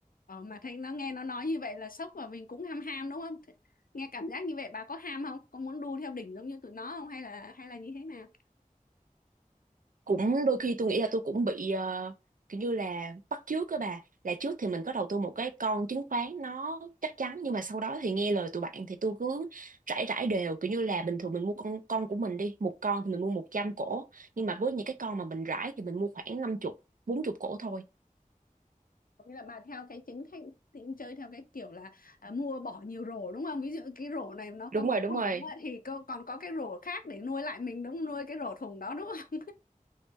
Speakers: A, on the left (about 75°); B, on the right (about 70°).
A: Ờ, mà thấy nó nghe nó nói như vậy là sốc và mình cũng ham ham đúng không? Thế- Nghe cảm giác như vậy bà có ham không? Có muốn đu theo đỉnh giống như tụi nó không hay là hay là như thế nào?
B: cũng đôi khi tôi nghĩ là tôi cũng bị ờ, kiểu như là bắt chước các bà là trước thì mình có đầu tư một cái con chứng khoán nó chắc chắn nhưng mà sau đó thì nghe lời tụi bạn thì tôi cứ rải rải đều kiểu như là bình thường mình mua con con của mình đi một con thì mình mua một trăm cổ nhưng mà với những cái con mà mình rải thì mình mua khoảng năm chục bốn chục cổ thôi
A: Có Nghĩa là bà theo cái chính khách thì cũng chơi theo cái kiểu là à, mua bỏ nhiều rổ đúng không? Ví dụ cái rổ này nó
B: đúng
A: có bị
B: rồi đúng
A: hỏng
B: rồi
A: đúng không ạ? thì cô còn có cái rổ khác để nuôi lại mình đúng không? Nuôi cái rổ thùng đó đúng không?